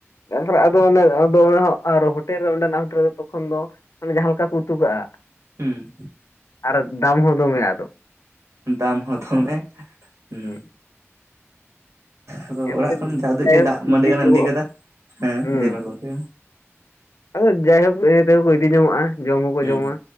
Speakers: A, on the left; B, on the right.
A: ᱛᱟᱯᱚᱨᱮ ᱟᱫᱚ ᱚᱱᱮ ᱟᱫᱚ ᱚᱱᱟ ᱦᱳᱴᱮᱞ ᱨᱮ ᱚᱸᱰᱮᱱᱟᱜ ᱦᱳᱴᱮᱞ ᱨᱮ ᱫᱚ ᱛᱚᱠᱷᱚᱱ ᱫᱚ ᱢᱟᱱᱮ ᱡᱟᱦᱟᱸ ᱞᱮᱠᱟ ᱠᱚ ᱩᱛᱩ ᱠᱟᱜᱼᱟ᱾
B: ᱦᱮᱸ
A: ᱟᱨ ᱫᱟᱢ ᱦᱚᱸ ᱫᱚᱢᱮ ᱟᱫᱚ ᱾
B: ᱫᱟᱢ ᱦᱚᱸ ᱛᱚᱢᱮ ᱩᱸ
A: ᱦᱩᱸ
B: ᱟᱫᱚ
A: ᱮᱱᱛᱮ
B: ᱚᱲᱟᱜ ᱠᱷᱚᱱ ᱡᱟ ᱩᱫᱟᱹᱜ
A: ᱡᱟᱭᱦᱳᱠ
B: ᱜᱮ ᱫᱟᱜ ᱢᱟᱹᱰᱤ ᱜᱟᱱ
A: ᱡᱚ
B: ᱮᱢ ᱤᱫᱤ ᱠᱟᱫᱟ ᱾ ᱦᱮᱸ
A: ᱦᱩᱸ
B: ᱞᱟᱹᱭ ᱢᱮ ᱜᱚᱝᱠᱮ
A: ᱟᱫᱚ ᱡᱟᱭᱦᱳᱠ ᱫᱟᱹᱭ ᱛᱟᱠᱚ ᱠᱚ ᱤᱫᱤ ᱡᱚᱝᱚᱜᱼᱟ ᱡᱚᱢ ᱦᱚᱸᱠᱚ
B: ᱦᱩᱸ
A: ᱡᱚᱢᱟ